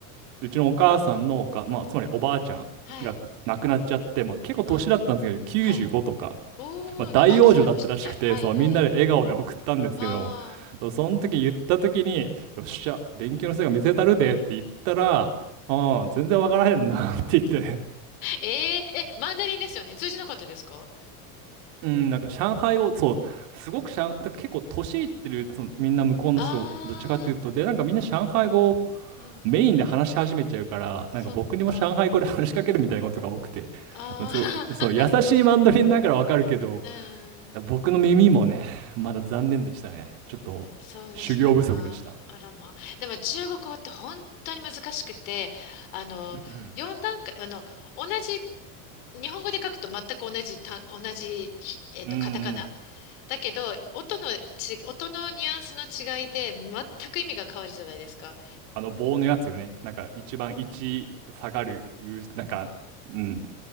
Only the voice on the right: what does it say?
うちのお母さんのおか、まあ、つまりおばあちゃんが亡くなっちゃって、
まあ、結構年だったんですけど、
95とか、
まあ、大往生だったらしくて、
そう、
みんなで笑顔で送ったんですけど、
その時言った時に、よっしゃ、勉強の成果見せたるでって言ったら、ああ、全然わからへんなって言って
うん、なんか上海語、そう、すごく上、だから結構年いってる、そのみんな向こうの人、
どっちかっていうと、で、なんかみんな上海語を
メインで話し始めちゃうから、
なんか僕にも上海語で話しかけるみたいなことが多くて、
まあすごい、そう、優しいマンドリンだからわかるけど、
僕の耳もね、まだ残念でしたね。ちょっと修行不足でした。
うん
うん。
あの棒のやつよね。なんか一番1下がる、うなんか、うん、